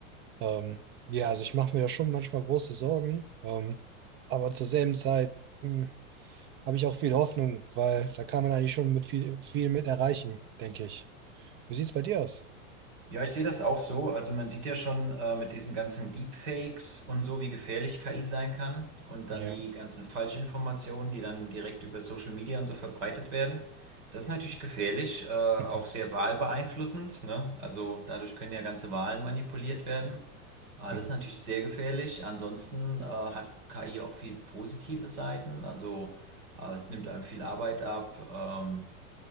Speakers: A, on the right; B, on the right.
A: Ähm, ja, also ich mache mir da schon manchmal große Sorgen, ähm, aber zur selben Zeit mh, habe ich auch viel Hoffnung, weil da kann man eigentlich schon mit viel, viel mit erreichen, denke ich. Wie sieht es bei dir aus?
B: Ja, ich sehe das auch so. Also man sieht ja schon äh, mit diesen ganzen Deepfakes und so, wie gefährlich KI sein kann und dann
A: Ja.
B: die ganzen Falschinformationen, die dann direkt über Social Media und so verbreitet werden. Das ist natürlich gefährlich, äh, auch
A: Mhm.
B: sehr wahlbeeinflussend, ne? Also dadurch können ja ganze Wahlen manipuliert werden. Ah,
A: Mhm.
B: das ist natürlich sehr gefährlich. Ansonsten äh, hat KI auch viel positive Seiten. Also äh, es nimmt einem viel Arbeit ab. Ähm,